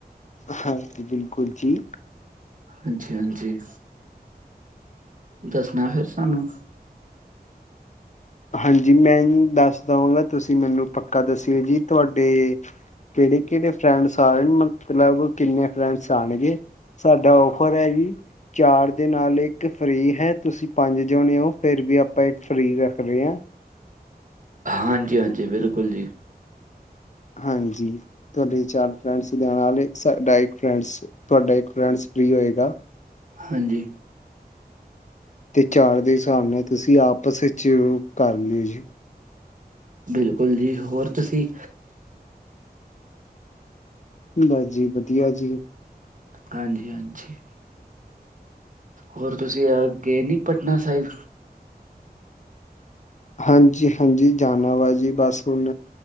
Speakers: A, on the left; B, on the right.
A: ਹਾਂਜੀ, ਬਿਲਕੁਲ ਜੀ।
B: ਹਾਂਜੀ-ਹਾਂਜੀ। ਦੱਸਣਾ ਫਿਰ ਸਾਨੂੰ।
A: ਹਾਂਜੀ, ਮੈਂ ਦੱਸ ਦਵਾਂਗਾ, ਤੁਸੀਂ ਮੈਨੂੰ ਪੱਕਾ ਦੱਸਿਓ ਜੀ। ਤੁਵਾਡੇ ਕਿਹੜੇ-ਕਿਹੜੇ ਫਰੈਂਡ ਆ ਰਹੇ ਨੇ, ਮਤਲਬ ਕਿੰਨੇ ਫਰੈਂਡ ਆਣਗੇ, ਸਾਡਾ ਔਫਰ ਐ ਜੀ ਚਾਰ ਦੇ ਨਾਲ ਇੱਕ ਫ੍ਰੀ ਹੈ। ਤੁਸੀਂ ਪੰਜ ਜਾਣੇ ਓ, ਫਿਰ ਵੀ ਆਪਾਂ ਇੱਕ ਫ੍ਰੀ ਰ। ਰਿਆ।
B: ਹਾਂਜੀ-ਹਾਂਜੀ, ਬਿਲਕੁਲ ਜੀ।
A: ਹਾਂਜੀ, ਤੁਹਾਡੇ ਚਾਰ ਫਰੈਂਡਸ ਦੇ ਨਾਲ ਈ। ਸਾਡਾ ਇੱਕ ਫਰੈਂਡਸ, ਤੁਹਾਡਾ ਇੱਕ ਫਰੈਂਡਸ ਫ੍ਰੀ ਹੋਏਗਾ।
B: ਹਾਂਜੀ।
A: ਤੇ ਚਾਰ ਦੇ ਹਿਸਾਬ ਨਾਲ ਤੁਸੀਂ ਆਪਸ 'ਚ ਕਰ ਲਿਓ ਜੀ।
B: ਬਿਲਕੁਲ ਜੀ, ਹੋਰ ਤੁਸੀਂ
A: ਬਸ ਜੀ, ਵਧੀਆ ਜੀ।
B: ਹਾਂਜੀ-ਹਾਂਜੀ। ਹੋਰ ਤੁਸੀਂ ਆ, ਗਏ ਨੀ ਪਟਨਾ ਸਾਹਿਬ।
A: ਹਾਂਜੀ-ਹਾਂਜੀ, ਜਾਣਾ ਵਾ ਜੀ ਬਸ ਹੁਣ,